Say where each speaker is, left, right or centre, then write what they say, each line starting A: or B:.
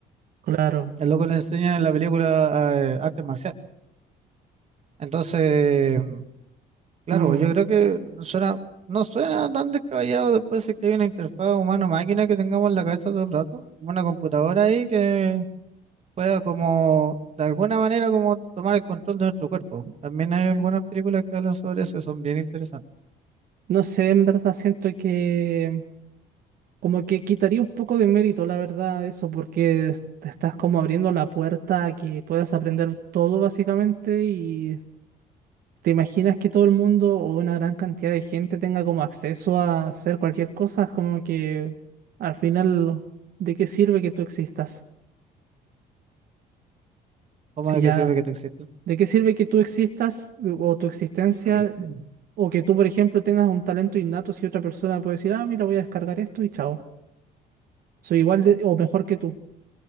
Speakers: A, on the right; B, on the right.
A: claro.
B: El loco le enseñan en la película eh, arte marcial. Entonces. Claro,
A: Mm,
B: yo creo que suena, no suena tan descabellado después de que hay una interfaz humano-máquina que tengamos en la cabeza todo el rato, como una computadora ahí que pueda como, de alguna manera, como tomar el control de nuestro cuerpo. También hay algunas películas que hablan sobre eso y son bien interesantes.
A: No sé, en verdad siento que como que quitaría un poco de mérito, la verdad, eso, porque te estás como abriendo la puerta a que puedas aprender todo básicamente y te imaginas que todo el mundo o una gran cantidad de gente tenga como acceso a hacer cualquier cosa, es como que al final, ¿de qué sirve que tú existas?
B: ¿Cómo
A: Si
B: de
A: ya
B: qué sirve que tú existas?
A: ¿De qué sirve que tú existas o tu existencia
B: <clears throat>
A: o que tú, por ejemplo, tengas un talento innato si otra persona puede decir, ah, mira, voy a descargar esto y chao. Soy igual de, o mejor que tú.